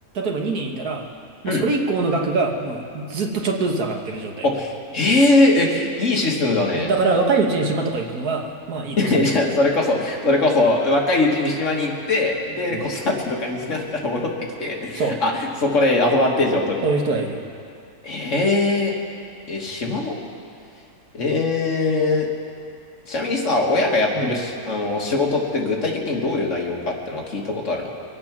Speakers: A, on the right; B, on the left.
A: えば2年いたら、もうそれ以降の額が、
B: うん。
A: もうずっとちょっとずつ上がってる状態。
B: あ、へえ、え、いいシステムだね。
A: だから、若いうちに島とか行くのが、まあ、いいとされている。
B: <laughs> じゃあ、それこそ、それこそ、若いうちに島に行って、で、
A: そう。
B: 子育てとかになったら戻ってきて、
A: そう。
B: あ、そこでアドバンテージを取ると。
A: そういう人がいる。
B: えー、え、島の、えー、ちなみにさ、親がやってるし、
A: うん。
B: あの、仕事って具体的にどういう内容かってのは聞いたことあるの